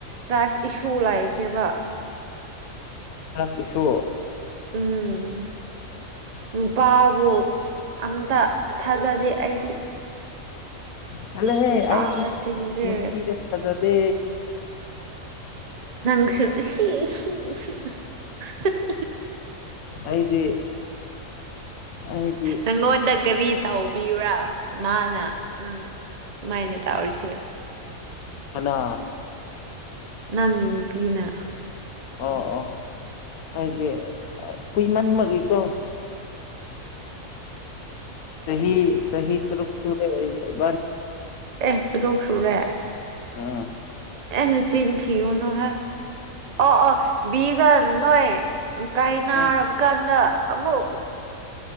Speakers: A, on the right (about 40°); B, on the left (about 85°).
A: ꯇ꯭ꯔꯥꯁ ꯏꯁꯨ ꯂꯩꯥꯈ꯭ꯔꯦꯕ
B: ꯇꯔ꯭ꯥꯁ ꯏꯁꯨ
A: ꯎꯝ
B: ꯑꯁ
A: ꯅꯨꯄꯥꯕꯨ ꯑꯝꯇ ꯊꯥꯖꯗꯦ ꯑꯩꯗꯤ
B: ꯆꯠꯂꯣꯍꯦ
A: ꯅꯨꯄꯥꯁꯤꯡꯁꯦ
B: ꯑꯩ ꯅꯨꯄꯤꯗꯥ ꯊꯥꯖꯗꯦ
A: ꯅꯪꯁꯨ <unintelligible>
B: ꯑꯩꯗꯤ ꯑꯩꯗꯤ
A: ꯅꯪꯉꯣꯟꯗ ꯒꯥꯔꯤ ꯇꯧꯕꯤꯕ꯭ꯔꯥ ꯃꯥꯅ ꯅꯪ ꯁꯨꯃꯥꯏꯅ ꯇꯧꯔꯤꯁꯦ
B: ꯀꯅꯥ
A: ꯅꯪꯒꯤ ꯅꯨꯄꯤꯅ
B: ꯑꯣ ꯑꯣ ꯑꯩꯗꯤ ꯀꯨꯏꯃꯟꯕꯒꯤꯀꯣ ꯆꯍꯤ ꯆꯍꯤ ꯇꯔꯨꯛ ꯁꯨꯔꯦ ꯑꯩ ꯏꯕꯥꯅꯤ
A: ꯑꯦ ꯇꯔꯨꯛ ꯁꯨꯨꯔꯦ
B: ꯎꯝ
A: ꯑꯦ ꯅꯆꯤꯟ ꯊꯤꯒꯅꯨꯍꯦ ꯑꯣ ꯑꯣ ꯕꯤꯒ ꯅꯣꯏ ꯀꯥꯏ ꯅꯥꯔꯕ
B: ꯎꯝ
A: ꯀꯥꯟꯗ ꯑꯃꯨꯛ